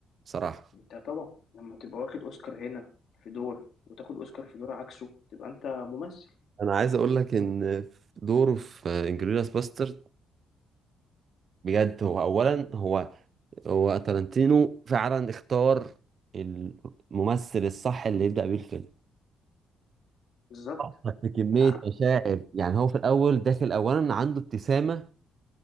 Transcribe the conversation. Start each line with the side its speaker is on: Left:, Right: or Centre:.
Right: بصراحة
Left: انت طبعا لما تبقى واخد اوسكار هنا في دور وتاخد اوسكار في دور عكسه تبقى انت ممثل
Right: انا عايز اقول لك ان دوره في انجلوريوس باسترد بجد هو اولا هو هو تارانتينو فعلا اختار الممثل الصح اللي يبدأ بيه الفيلم
Left: بالظبط
Right: حط كمية
Left: آه،
Right: مشاعر يعني هو في الأول داخل أولا عنده ابتسامة